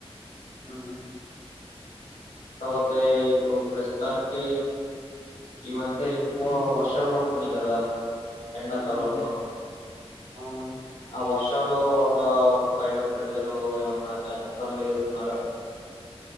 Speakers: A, on the right; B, on the left.
A: ఉమ్
B: కాపోతే ఇప్పుడు ప్రస్తుతానికి ఈ మద్య ఎక్కువ
A: ఉమ్
B: వర్షాలు పడుత్ తున్నయ్ కదా ఎండ కాలంలో
A: ఉమ్. అవును
B: ఆ వర్ష్ షాలు వల్ల బయట ప్రజలు ఏమన్నా చాన ఇబ్బందులు ఎదుర్కున్నారా